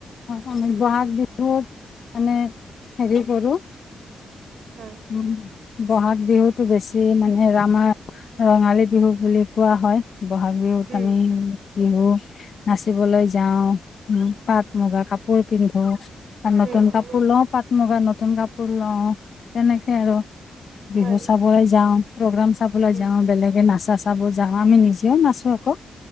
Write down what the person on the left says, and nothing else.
মান বঘ বিহুত মানে হেৰি কৰো
উম বহাগ বিহুতটো বেছি মানে ৰামাৰ ৰঙালী বিহু বুলি কোৱা হয় বহাগ বিহুত
আমি বিহু নাচিবলৈ যাওঁ উম পাট মুগা কাপোৰ পিন্ধো নতুন
কাপোৰ লও পাট মুগা নতুন কাপোৰ লও তেনেকে আৰু বিহু
চাবলৈ যাওঁ প্ৰগ্ৰাম চাবলৈ
যাওঁ বেলেগে নাচা চাব য যাওঁ আমি নিজেও নাচো আকৌ